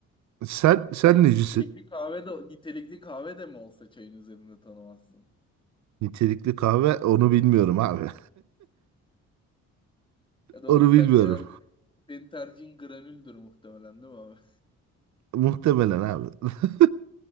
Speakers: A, on the right (about 70°); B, on the left (about 15°).
A: Sen sen
B: Ama nitelikli
A: necisin?
B: kahve de nitelikli kahve de mi olsa çayın üzerinde tanımazsın.
A: Nitelikli kahve onu bilmiyorum abi.
B: Ya doğru
A: <laughs>
B: sen
A: Onu bilmiyorum.
B: genelde senin tercihin granüldür muhtemelen değil mi abi?
A: Muhtemelen abi. <laughs>